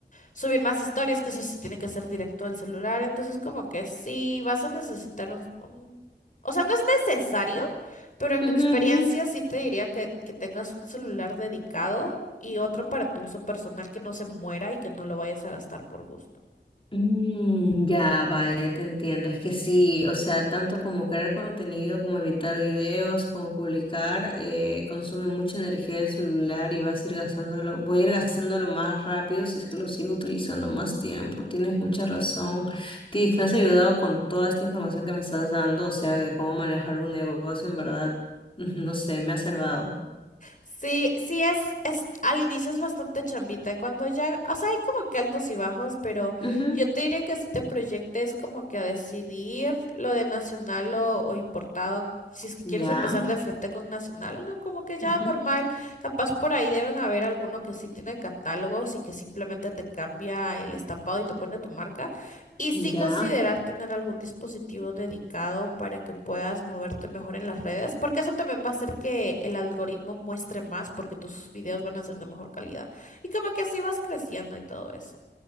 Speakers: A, on the left; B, on the left.
A: subir más historias, que eso sí tiene que ser directo del celular. Entonces, como que sí vas a necesitar un, un- O sea, no es necesario, pero en mi
B: Ujú,
A: experiencia
B: ujú.
A: sí te diría que, que tengas un celular dedicado y otro para tu uso personal que no se muera y que no lo vayas a gastar por gusto.
B: Mm, ya, vale, te entiendo. Es que sí, o sea, tanto como crear contenido, como evitar videos, como publicar, eh, consume mucha energía del celular y vas a ir gastándolo, voy a ir gastándolo más rápido si es que lo sigo utilizando más tiempo. Tienes mucha razón. Tiff, me has ayudado con toda esta información que me estás dando, o sea, de cómo manejar un negocio, en verdad, <laughs> no sé, me ha salvado.
A: Sí, sí es, es, al inicio es bastante chambita, cuando ya, o sea, hay como que altos y bajos, pero
B: Ujú,
A: yo te diría que si te proyectes como que a decidir lo de nacional o, o importado, si es que quieres
B: Ya,
A: empezar de frente con nacional, ¿no? Como que ya
B: ujú,
A: normal, capaz por ahí deben haber alguno que sí tiene catálogos y que simplemente te cambia el estampado y te pone tu marca. Y
B: ya.
A: sí considerar tener algún dispositivo dedicado para que puedas moverte mejor en las redes, porque eso también va a hacer que el algoritmo muestre más, porque tus videos van a ser de mejor calidad. Y como que así vas creciendo y todo eso.